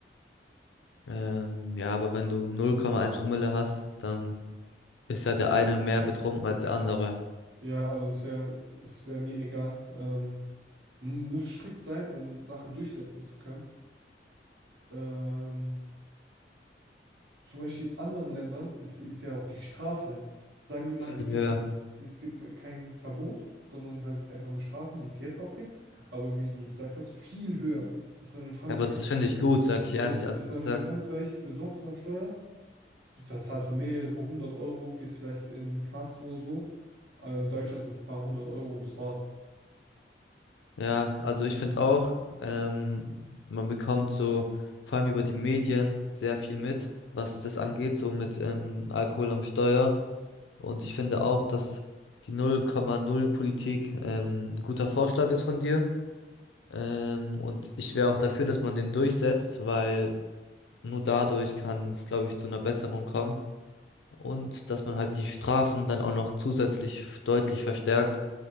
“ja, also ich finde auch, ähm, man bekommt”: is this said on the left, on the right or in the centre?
Left